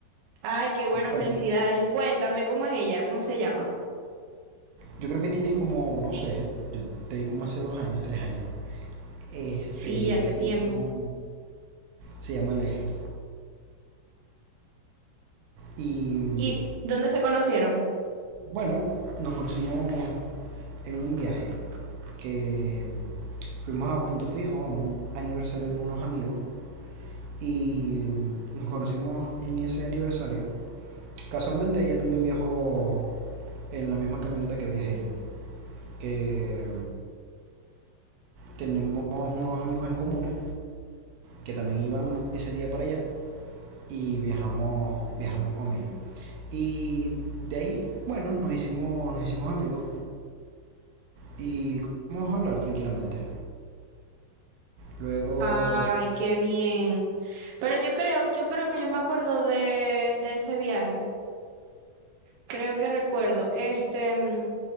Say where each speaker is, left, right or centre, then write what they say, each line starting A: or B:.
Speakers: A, on the right; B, on the right.
A: Ay, qué bueno,
B: Salí.
A: felicidades. Y cuéntame, ¿cómo es ella? ¿Cómo se llama?
B: Yo creo que tienes como, no sé, yo te di como hace dos años, tres años. Este,
A: Sí, ya
B: ella
A: hace
B: se
A: tiempo.
B: llama, se llama Leslie. Y mm,
A: ¿Y dónde se conocieron?
B: bueno, nos conocimos en un viaje que fuimos a Punto Fijo, a un aniversario de unos amigos. Y mm, nos conocimos en ese aniversario. Casualmente ella también viajó en la misma camioneta que viajé yo, que tenemos unos amigos en comunes que también iban ese día para allá y viajamos, viajamos con ellos. Y de ahí, bueno, nos hicimos, nos hicimos amigos y comenzamos a hablar tranquilamente. Luego,
A: Ay, qué bien. Pero yo creo, yo creo que yo me acuerdo de, de ese viaje. creo que recuerdo. Este, mm,